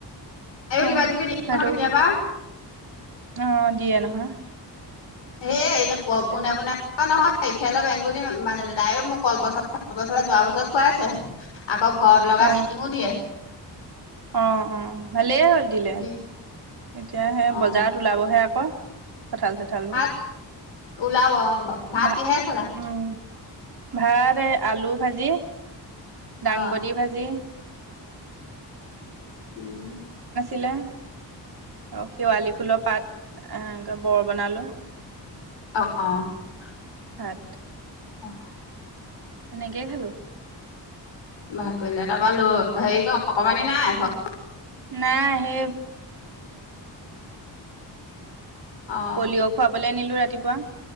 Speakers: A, on the left (about 85°); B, on the right (about 60°).
A: তাইও
B: অ'
A: কিবা কিবি দিয়ে
B: আৰু
A: নহয় কেতিয়াবা
B: কি অ' দিয়ে নহয়।
A: হেই এই যে প
B: তাকে
A: পোনে পোনে ঘৰ নহয় ইফাল বেংগুলী মা-মানুহজনী। তাইও মোক কলপচলা চলপচলা যোৱা বছৰ খুৱাইছে। আ অ' ঘৰত লগা
B: অ
A: ছিমো দিয়ে।
B: অ' অ' ভালেই হ'ল দিলে।
A: দি
B: এতিয়া হে
A: অ
B: বজাৰত ওলাবহে আকৌ। কঁঠাল চঠালবোৰ,
A: ভাত ওলাব অ ভাত
B: ভা,
A: কিহে খালা
B: উম। ভাত এই আলু ভাজি, দাংবডী
A: অ
B: ভাজি।
A: উম
B: <unintelligible> আৰু শেৱালি ফুলৰ পাত এ বৰ বনালোঁ।
A: অ'
B: ভাত।
A: অহ।
B: তেনেকেই খালোঁ।
A: ভাল কৰিলে তাপা ল হেই ক অকণমানি নাই ঘৰত?
B: নাই।
A: অ
B: পলিঅ' খুৱাবলৈ নিলো ৰাতিপুৱা।